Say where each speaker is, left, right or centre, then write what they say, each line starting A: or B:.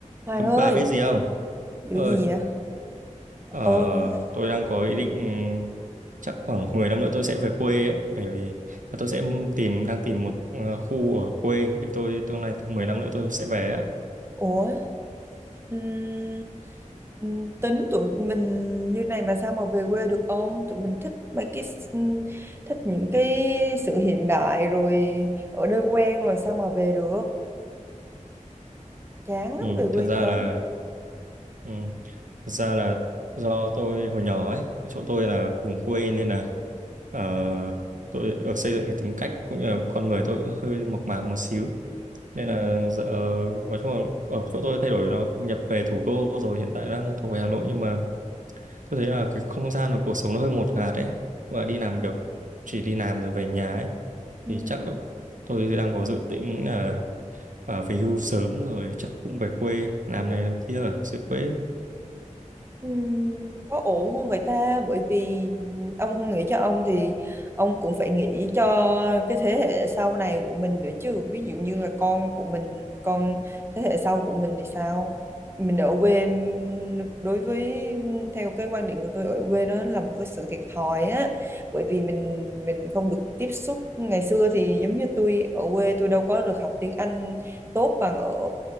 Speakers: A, on the right; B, on the right.
A: Hoàng
B: À,
A: ơi,
B: Bà biết gì không?
A: vụ
B: Ơi,
A: gì vậy?
B: ờ,
A: Ôi,
B: tôi đang có ý định ừm, chắc khoảng 10 năm nữa tôi sẽ về quê ấy, bởi vì tôi sẽ tìm đang tìm một ờ, khu ở quê để tôi tương lai 10 năm nữa tôi sẽ về ấy.
A: ủa, ừm, ừm, tính tụi mình như này mà sao mà về quê được ông? Tụi mình thích mấy cái s- thích những cái sự hiện đại rồi ở đây quen rồi sao mà về được? Chán lắm,
B: Ừ,
A: về quê
B: thật ra
A: chán.
B: là ừ, thật ra là do tôi hồi nhỏ ấy, chỗ tôi là vùng quê nên là ờ, tôi được xây dựng cái tính cách cũng như là con người tôi cũng hơi mộc mạc một xíu. nên
A: Ừm,
B: là dạ, ờ, nói chung là ở chỗ tôi thay đổi nó nhập về thủ đô rồi hiện tại đang thuộc về Hà Nội nhưng mà tôi thấy là cái không gian của cuộc sống nó hơi ngột ngạt ấy và đi làm việc chỉ đi làm rồi về nhà ấy
A: ừm.
B: thì chắc tôi đang có dự tính là ờ, về hưu sớm rồi chắc cũng về quê làm này làm kia ở dưới quê
A: Ừm, có ổn không vậy ta? Bởi vì ông không nghĩ cho ông thì ông cũng phải nghĩ cho cái thế hệ sau này của mình nữa chứ. Ví dụ như là con của mình, con thế hệ sau của mình thì sao? Mình ở quê ừm, đối với theo cái quan điểm của tôi ở quê nó là một cái sự thiệt thòi á. Bởi vì mình mình không được tiếp xúc ngày xưa thì giống như tôi ở quê tôi đâu có được học tiếng Anh tốt bằng ở